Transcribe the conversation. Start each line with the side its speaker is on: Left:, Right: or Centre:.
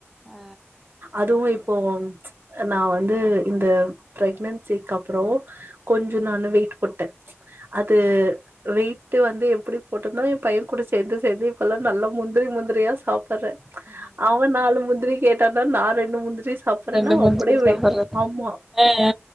Centre: ஆ
Right: அதுவு இப்போ நா வந்து இந்த பிரெக்னன்சிக்கு அப்றோ கொஞ்சோ நானு வெயிட் போட்ட அது வெயிட்டு வந்து எப்டி போட்டனா எ பையங் கூட சேந்து சேந்து இப்பல்லா நல்லா முந்திரி முந்திரியா சாப் பற அவ நாலு முந்திரி கேட்டானா நா ரெண்டு முந்திரி சாப் றனா
Centre: ரெண்டு மூணு
Right: அப்டியே
Centre: தடவ
Right: வெயி
Centre: சாப்புட்றது
Right: ஆமா
Centre: அ அ